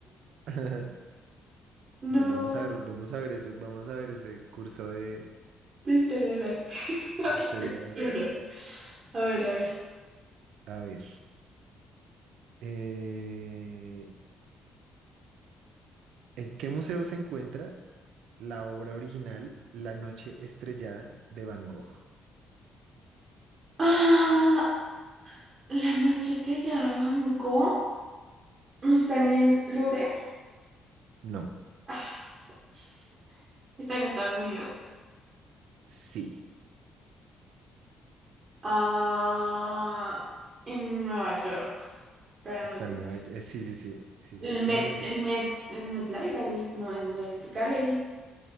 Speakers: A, on the right; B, on the right.
A: Ajá.
B: No,
A: Bueno, vamos a ver, vamos a ver ese, vamos a ver ese curso de,
B: de historia del arte. <laughs>
A: de historia del
B: No,
A: arte.
B: no. A ver, a ver.
A: A ver, eh, ¿en qué museo se encuentra la obra original La Noche Estrellada de Van Gogh?
B: Ah, la noche estrellada de Van Gogh. ¿No están en Louvre?
A: No,
B: Ah, Dios. ¿Está en Estados Unidos?
A: sí,
B: Ah, en Nueva York. Pero
A: está
B: no sé.
A: en Nueva York. Sí, sí, sí, sí, sí,
B: El
A: está
B: Met,
A: en Nueva York.
B: el Met, el Met Library, no, el Met Gallery.